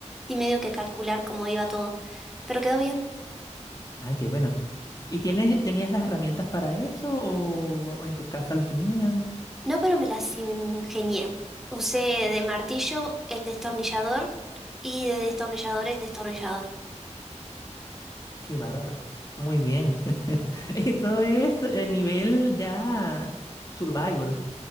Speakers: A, in the centre; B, on the left.
A: y medio que calcular cómo iba todo. Pero quedó bien.
B: Ay, qué bueno. ¿Y tienes, tenías las herramientas para eso o, o en tu casa las tenían?
A: No, pero me las ingenié. Usé de martillo el destornillador y de destornillador el destornillador.
B: Qué bárbaro. Muy bien. <laughs> Eso es eh, nivel ya Survivor.